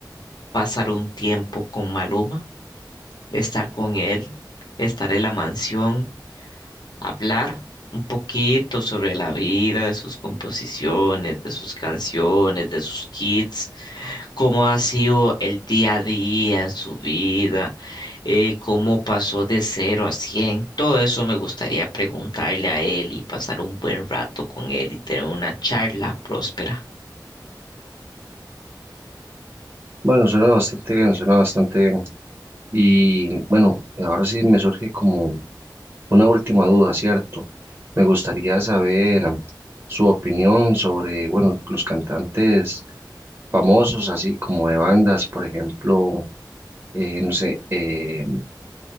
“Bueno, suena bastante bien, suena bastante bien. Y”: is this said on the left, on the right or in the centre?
Right